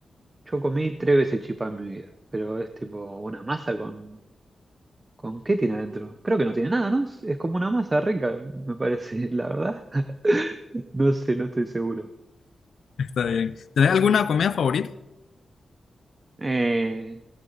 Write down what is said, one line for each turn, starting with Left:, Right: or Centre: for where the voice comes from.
Right: Yo comí tres veces chipá en mi vida, pero es tipo una masa con ¿Con qué tiene adentro? Creo que no tiene nada, ¿no? Es, es como una masa rica, me parece, <laughs> la verdad. <laughs> No sé, no estoy seguro.
Left: Está bien. ¿Tenés alguna comida favorita?
Right: Eh,